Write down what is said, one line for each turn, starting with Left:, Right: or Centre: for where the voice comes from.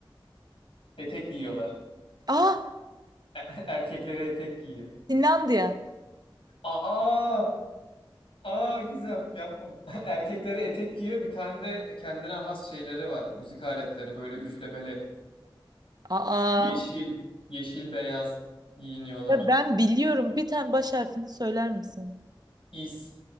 Left: Etek giyiyorlar.
Right: Aa
Left: <laughs> Erkekleri etek giyiyor.
Right: Finlandiya.
Left: Aa! Aa Gizem yapma. <laughs> Erkekleri etek giyiyor. Bir tane de kendine has şeyleri var. Müzik aletleri böyle üflemeli.
Right: Aa
Left: Yeşil, yeşil beyaz giyiniyorlar.
Right: ya ben biliyorum. Bir tane baş harfini söyler misin?
Left: İs,